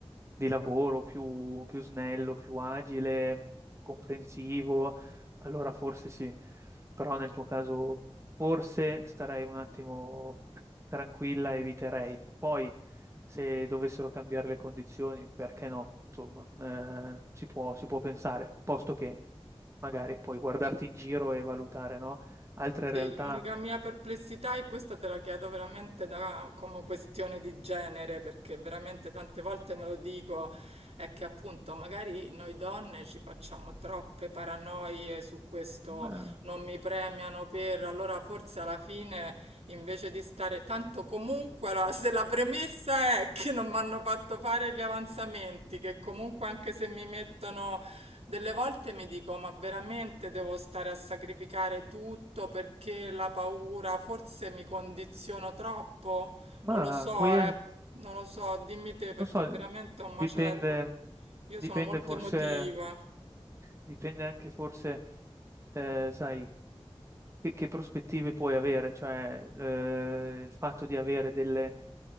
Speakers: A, on the right (about 25°); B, on the right (about 75°).
A: di lavoro più, più snello, più agile, comprensivo, allora forse sì. Però nel tuo caso forse starei un attimo tranquilla, eviterei. Poi se dovessero cambiare le condizioni, perché no? Insomma, eh, si può, si può pensare, posto che magari puoi guardarti in giro e valutare, no? Altre
B: Sì,
A: realtà.
B: l'unica mia perplessità, e questa te la chiedo veramente da, come questione di genere, perché veramente tante volte me lo dico, è che appunto magari noi donne ci facciamo troppe paranoie su questo,
A: Ma,
B: non mi premiano per, allora forse alla fine invece di stare tanto comunque, allora se la premessa è che non mi hanno fatto fare gli avanzamenti, che comunque anche se mi mettono... Delle volte mi dico, ma veramente devo stare a sacrificare tutto perché la paura, forse mi condiziono troppo?
A: ma
B: Non lo so,
A: quel,
B: eh, non lo so, dimmi te perché
A: non so,
B: veramente è un macello.
A: dipende.
B: Io
A: Dipende
B: sono molto
A: forse,
B: emotiva.
A: dipende anche forse, eh, sai, che, che prospettive puoi avere, cioè eh, il fatto di avere delle-